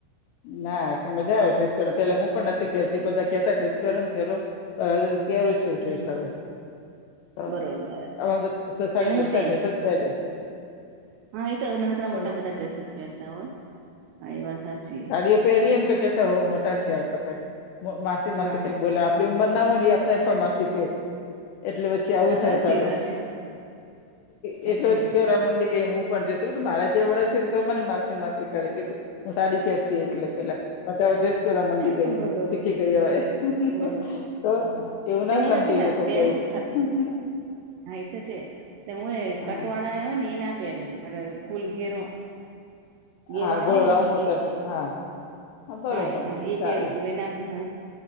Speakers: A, on the left (about 80°); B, on the right (about 85°).
A: ના મજા આવે ડ્રેસ પહેરવા પહેલા હું પણ નથી પેરતી બધા કેતા ડ્રેસ પહેર્યો ને પહેરો. હા હું તો પહેલું જ. તો ડ્રેસ
B: હમ
A: આવે તા
B: બરોબર
A: અમારા બધ સોસાયટીમાં
B: તે હું
A: બધા
B: તે
A: ડ્રેસ જ પહેરે.
B: હા એ તો હવે નાનકડા
A: તો
B: મોટા બધા ડ્રેસ જ પહેરતા હોય હા એ વાત સાચી.
A: પહેરીને તો કે હો મોટા છે તો કઈ માસી માસી
B: હા
A: કઈને બોલે આપડી ઉંમર ના હોય વાડી પણ માસી કે એટલે પછી આવું
B: હા
A: થાય
B: સાચી
A: ચાલો
B: વાત
A: એટલો
B: છે
A: જ કે
B: એ
A: મંડી કે હું પણ ડે શું મારા જે વડે છે ને તો મને માસી માસી કરે કે હું સાડી પેર તે એટલે પેલા પાછા હવે ડ્રેસ પહેરવા મંડી ગઈ
B: તો
A: હું
B: બરોબર
A: શીખી ગઈ હવે હું હું
B: બરોબર
A: હું તો
B: હા હા
A: એવું
B: તે
A: ના
B: હું
A: સમજે
B: એ પેલા
A: લોકો
B: પહેરું
A: કોઈ હું હું
B: હા એ તો છે હું એ
A: હા
B: કટવાડા આવ ને એ ના પહેરું. મને ફૂલ ઘેરો ઘેરવાળો
A: હા ગોળ
B: હોયને
A: રાઉન્ડમાં
B: એ
A: કર.
B: જ
A: હા બરોબર
B: હા હા એ
A: ચાલે
B: પહેરો કે <unintelligible> ના